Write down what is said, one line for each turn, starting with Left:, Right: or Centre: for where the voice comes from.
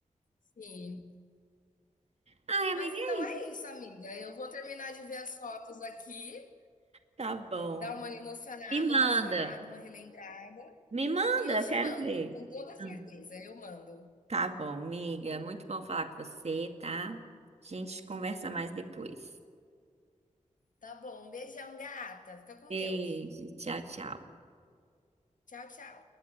Left: Sim,
Right: Ai, amiga,
Left: Mas então
Right: é
Left: é isso, amiga. Eu vou terminar de ver as fotos aqui,
Right: Tá bom.
Left: dar uma emocionada,
Right: Me manda.
Left: uma chorada, uma relembrada.
Right: Me manda,
Left: E eu
Right: eu
Left: te
Right: quero
Left: mando,
Right: ver.
Left: com toda certeza,
Right: Hum.
Left: eu mando.
Right: Tá bom, amiga. Muito bom falar com você, tá? A gente conversa mais depois.
Left: Tá bom, um beijão, gata. Fica com
Right: Beijo.
Left: Deus.
Right: Tchau, tchau.
Left: Tchau, tchau.